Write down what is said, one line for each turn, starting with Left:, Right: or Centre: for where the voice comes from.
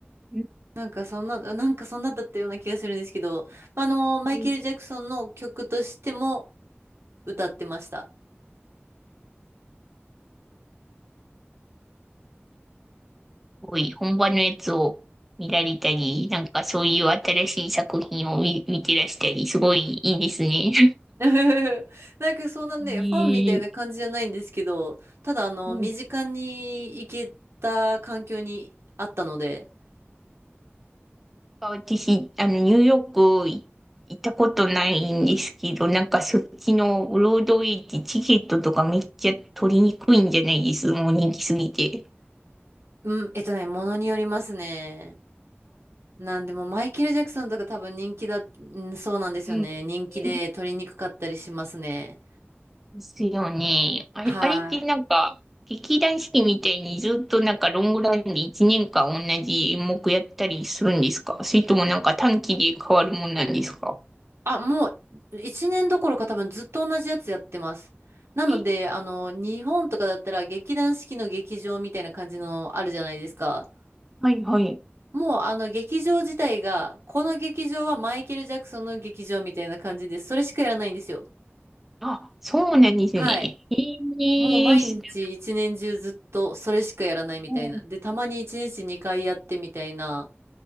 Centre: うん
Right: なんかそんな、なんかそんなだったような気がするんですけど、まああの、マイケル・
Centre: す
Right: ジャクソンの曲としても歌ってました。
Centre: ごい、本場のやつを見られたり、なんかそういう新しい作品を見、見てらしたり、すごいいいですね。
Right: <laughs> なんかそんなね、
Centre: <laughs> いい。
Right: ファンみたいな感じじゃないんですけど、ただあの、
Centre: うん。
Right: 身近に行けた環境にあったので、
Centre: 私、あの、ニューヨークい行ったことないんですけど、なんかそっちのブロードウェイってチケットとかめっちゃ取りにくいんじゃないですもう人気すぎて。
Right: うん、えっとね、ものによりますね。なんでもマイケル・ジャクソンとか多分人気だ、うんそうなんですよね。
Centre: うん。う
Right: 人気で取りにくかったりしますね。
Centre: んですよね。あれ、
Right: はい。
Centre: あれってなんか、劇団四季みたいにずっとなんかロングランで1年間同じ演目やったりするんですかそれともなんか短期で変わるもんなんですか
Right: あ、もう1年どころか多分ずっと同じやつやってます。なので、
Centre: え、
Right: あの、日本とかだったら劇団四季の劇場みたいな感じのあるじゃないですか。
Centre: はい、はい、はい。
Right: もうあの劇場自体が、この劇場はマイケル・ジャクソンの劇場みたいな感じで、それしかやらないんですよ。
Centre: あ、そうなんですね。
Right: はい。
Centre: ええ知ら
Right: もう毎日一年中ずっとそれしかやらないみたいな。
Centre: ない
Right: で、たまに一日二回やってみたいな。